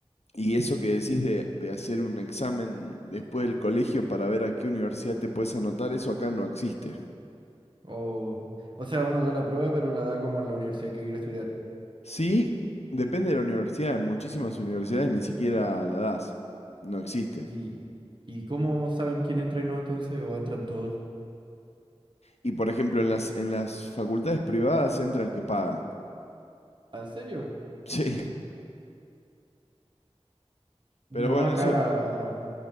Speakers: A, on the left; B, on the right.
A: y eso que decís de, de hacer un examen después del colegio para ver a qué universidad te puedes anotar, eso acá no existe.
B: O, o sea, uno da la prueba, pero la da como en la universidad que quiere estudiar.
A: Sí, depende de la universidad. En muchísimas universidades ni siquiera la das. No existe.
B: ¿Y, y cómo saben quién entra y no entonces? ¿O entran todos?
A: Y por ejemplo, en las, en las facultades privadas entra el que paga. <laughs>
B: ¿En serio?
A: Sí.
B: No,
A: Pero bueno,
B: acá,
A: eso,